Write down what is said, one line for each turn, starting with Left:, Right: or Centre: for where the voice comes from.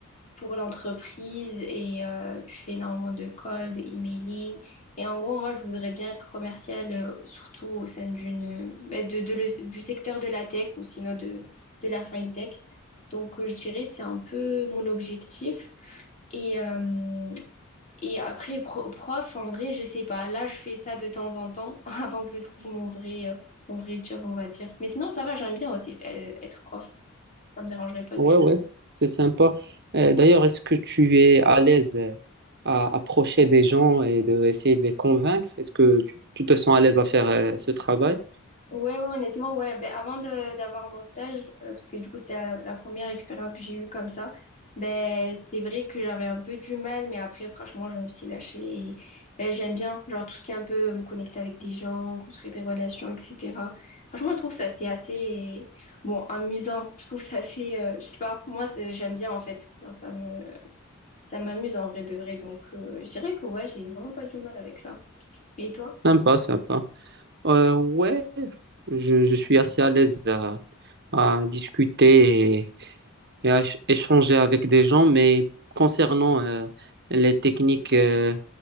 Left: pour l'entreprise et euh, tu fais énormément de calls, de emailing. Et en gros, moi je voudrais bien être commercial, euh, surtout au sein d'une, bah, de, de le- du secteur de la tech ou sinon de, de la fintech. Donc euh, je dirais c'est un peu mon objectif. Et, euh, et après, pro- prof, en vrai, je sais pas. Là, je fais ça de temps en temps <laughs> avant que je trouve mon vrai, euh, mon vrai job, on va dire. Mais sinon, ça va, j'aime bien aussi euh, être prof. Ça me dérangerait pas du
Right: Ouais,
Left: tout.
Right: ouais, c- c'est sympa. Euh, d'ailleurs, est-ce que tu es à l'aise euh, à approcher des gens et de essayer de les convaincre? Est-ce que tu, tu te sens à l'aise à faire euh, ce travail?
Left: Ouais, ouais, honnêtement, ouais. Ben, avant de d'avoir mon stage, euh, parce que du coup, c'était la, la première expérience que j'ai eue comme ça, ben, c'est vrai que j'avais un peu du mal, mais après, franchement, je me suis lâchée. Et, ben, j'aime bien, genre, tout ce qui est un peu euh, me connecter avec des gens, construire des relations, etc. Franchement, je trouve ça, c'est assez, bon, amusant. Je trouve ça assez, euh, je sais pas, moi, c'est- j'aime bien, en fait. Genre, ça me, ça m'amuse en vrai de vrai. Donc, euh, je dirais que, ouais, j'ai vraiment pas du mal avec ça. Et toi?
Right: Sympa, sympa. Euh, ouais, je, je suis assez à l'aise à, à discuter et, et à ch- échanger avec des gens, mais concernant euh, les techniques euh,